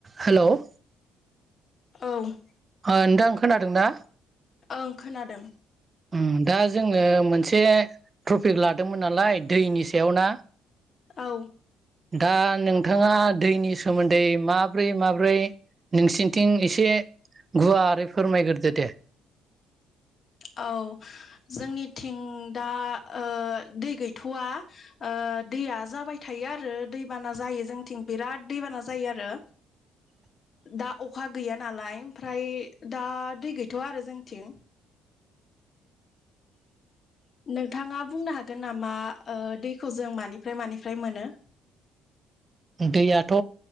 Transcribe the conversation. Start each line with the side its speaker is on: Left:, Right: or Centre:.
Right: हेल'।
Left: औ।
Right: ओ नोंथांं खोनादोंना?
Left: ओं खोनादों।
Right: उम दा जोङो मोनसे ट्रपिक लादोंमोन नालाय दैनि सायाव ना।
Left: औ।
Right: दा नोंथाङा दैनि सोमोन्दै माब्रै माब्रै नोंसिनिथिं एसे गुवारै फोरमायगोरदो दे।
Left: औ जोंनिथिं दा ओ दै गैथ'वा ओ ओ दैया जाबाय थायो आरो दैबाना जायो जोंथिं बिराद दैबाना जायो आरो।
Right: <inaudible>
Left: दा अखा गैया नालाय ओमफ्राय दा दै गैथ'वा आरो जोंथिं। नोंथाङा बुंनो हागोन नामा ओ दैखौ जों मानिफ्राय मानिफ्राय मोनो?
Right: दैयाथ'